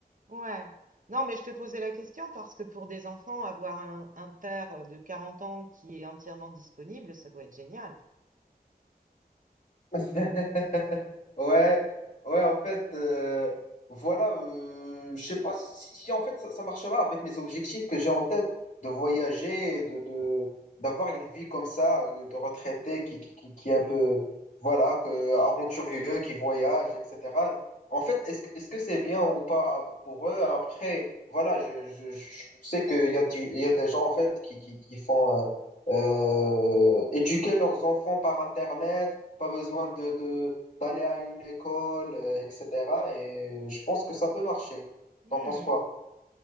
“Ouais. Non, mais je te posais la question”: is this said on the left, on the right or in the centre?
Right